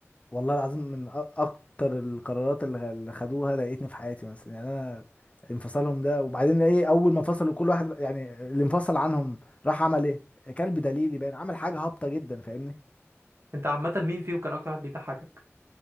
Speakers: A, on the left (about 25°); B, on the right (about 55°).
A: والله العظيم من أ- اكتر القرارات اللي اللي خدوها ضايقتني في حياتي مثلا يعني انا انفصالهم ده وبعدين ايه اول ما فصلوا كل واحد يعني اللي انفصل عنهم راح عمل ايه كلب دليلي باين عمل حاجه هابطه جدا فاهمني
B: انت عامه مين فيهم كان اكتر واحد بيضحكك